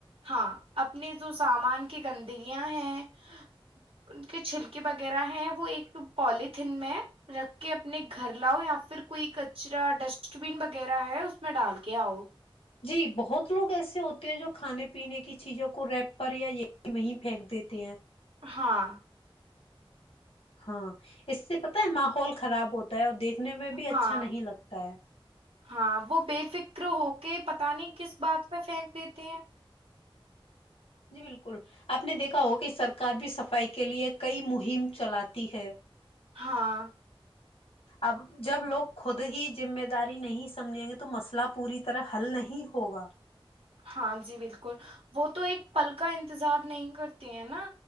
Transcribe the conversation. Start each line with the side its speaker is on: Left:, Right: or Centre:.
Right: ہاں اپنے جو سامان کی گندگیاں ہیں ان کے چھلکے وغیرہ ہیں وہ ایک پالتن میں رکھ کے اپنے گھر لاؤ یا پھر کوئی کچرا ڈسٹ بین وغیرہ ہے اس میں ڈال کے آؤ
Left: جی بہت لوگ ایسے ہوتے ہیں جو کھانے پینے کی چیزوں کو ریپ پر یا یہ وہیں پھینک دیتے ہیں
Right: ہاں
Left: ہاں اس سے پتا ہے ماحول خراب ہوتا ہے اور دیکھ دیکھنے میں بھی اچھا
Right: ہاں
Left: نہیں لگتا ہے
Right: ہاں وہ بے فکر ہو کے پتا نہیں کس بات پہ پھینک دیتے ہیں
Left: جی بالکل آپ نے دیکھا ہو کہ سرکار بھی صفائی کے لیے کئی مہم چلاتی ہے
Right: ہاں
Left: اب جب لوگ خود ہی ذمہ داری نہیں سمجھیں گے تو مسئلہ پوری طرح حل نہیں ہوگا
Right: ہاں جی بالکل وہ تو ایک پل کا انتظار نہیں کرتے ہیں نا